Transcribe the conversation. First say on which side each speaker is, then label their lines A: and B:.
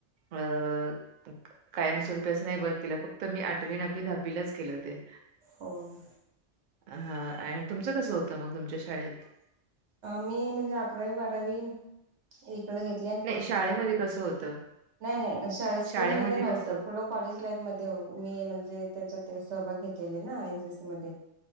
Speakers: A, on the right (about 60°); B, on the right (about 75°).
A: अ.. कायमस्वरूपी असं नाही बंद केलं, फक्त मी आठवी, नववी, दहावीलाच केलं. ते-
B: हो ना.
A: हा आणि तुमचं कसं होतं मग तुमच्या शाळेत?
B: मी म्हणजे अकरावी, बारावी इकड घेत- नाही
A: शाळेमध्ये कसं होतं
B: नाही <unintelligible>
A: शाळेमध्ये कसं होत?
B: कॉलेज लाईफ मध्ये मी म्हणजे त्याच्यात सहभाग घेतलेले ना एन सी सी मध्ये.